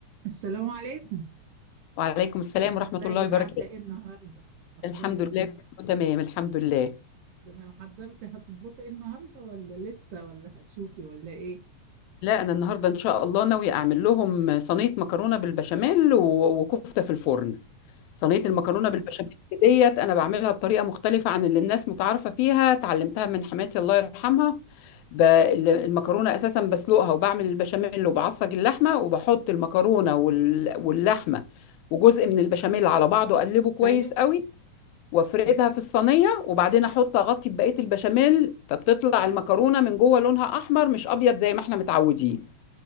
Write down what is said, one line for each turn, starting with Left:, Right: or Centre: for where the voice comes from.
Right: السلام عليكم
Left: وعليكم السلام ورحمة
Right: ازيك
Left: الله وبركاته
Right: عاملة ايه النهاردة اخبارك
Left: الحمد لله
Right: إيه؟
Left: كله تمام الحمد لله
Right: تمام حضرتي هتطبخي ايه النهاردة ولا لسه ولا هتشوفي ولا ايه
Left: لا أنا النهاردة إن شاء الله ناوية أعمل لهم صينية مكرونة بالبشاميل و- وكفتة في الفرن صينية
Right: مكرونة
Left: المكرونة بالبشاميل ديت أنا بعملها بطريقة مختلفة عن اللي الناس متعارفة فيها اتعلمتها من حماتي الله يرحمها ب- ال- المكرونة أساسا بسلقها وبعمل البشاميل وبعصج اللحمة وبحط المكرونة وال- واللحمة وجزء من البشاميل على بعضه أقلبه كويس
Right: ايوه
Left: قوي وافردها في الصينيه وبعدين احط اغطي ببقيه البشاميل فبتطلع المكرونه من جوه لونها احمر مش ابيض زي ما احنا متعودين